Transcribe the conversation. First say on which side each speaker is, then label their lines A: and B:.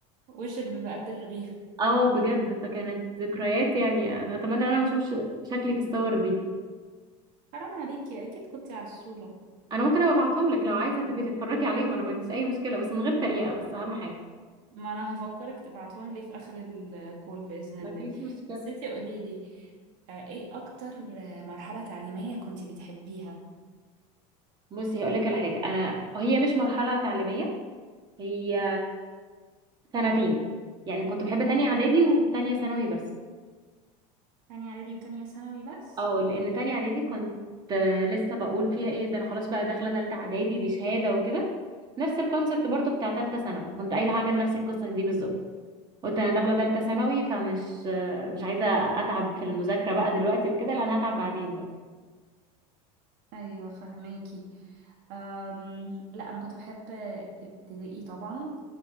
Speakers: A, on the right; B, on the right.
A: وشك بيبقى قد الرغيف
B: اه بجد فكانت ذكريات يعني انا اتمنى ان انا ما اشوفش شكلي في الصور دي
A: حرام عليكي اكيد كنتي عسوله
B: انا ممكن ابقى ابعتهم لك لو عايزه تبقي تتفرجي عليهم انا ما عنديش اي مشكله بس من غير تريقه بس اهم حاجه
A: ما انا هفكرك تبعتهم لي في اخر الكول باذن
B: ما
A: الله
B: فيش مشكلة
A: بس انتي قولي لي آه، ايه اكتر آه، مرحله تعليميه كنتي بتحبيها
B: بصي هقول لك على حاجه انا هي مش مرحله تعليميه هي سنتين يعني كنت بحب تانية اعدادي وتانية ثانوي بس
A: تانية اعدادي وتانية ثانوي بس
B: اه لان تانية اعدادي كنت آه، لسه بقول فيها ايه ده انا خلاص بقى داخله تالتة اعدادي دي شهاده وكده نفس الكونسبت برضو بتاع تالتة ثانوي كنت قايله هعمل نفس القصه دي بالظبط قلت انا داخله ثالثه ثانوي فمش مش عايزه اتعب في المذاكره بقى دلوقتي وكده لا انا هتعب بعدين بقى
A: ايوه فهماكي أم... لا انا كنت بحب ابتدائي طبعا